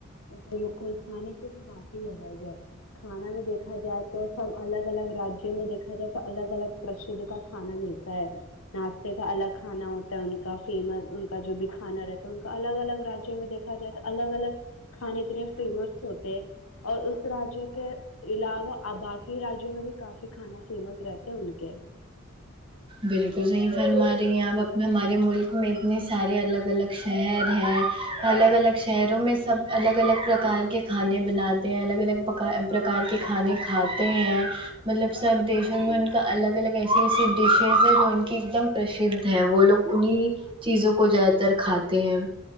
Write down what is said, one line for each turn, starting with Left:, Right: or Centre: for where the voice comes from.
Left: باکل کھانے کے تو باقی بھائی جان کھانا میں دیکھا جائے تو سب الگ الگ رجیہوں میں دیکھا جائے تو الگ الگ پرشدھ کا کھانا ملتا ہے ناشتے کا الگ کھانا ہوتا ہے ان کا فیمس ان کا جو بھی کھانا رہتا ہے ان کا الگ الگ را جیوں میں دیکھ دیکھا جائے تو الگ الگ کھانے اتنے فیمس ہوتے ہیں اور اس راجیہ کے علاوہ ا باقی راجیوں میں بھی کافی کھانا فیمس رہتے ہیں ان کے
Right: بالکل صحیح فرما رہی ہیں آپ اپنے ہمارے ملک میں اتنے سارے الگ الگ شہر ہے الگ الگ شہروں میں سب الگ الگ پرکار کے کھانے بناتے ہیں الگ الگ پ پرکار کے کھانے کھاتے ہیں مطلب سب دیشوں میں ان کا الگ الگ ایسے ایسے ڈشز ہے جو ان کی ایک دم پرسدھ ہے وہ لوگ انہیں چیزوں کو زیادہ تر کھاتے ہیں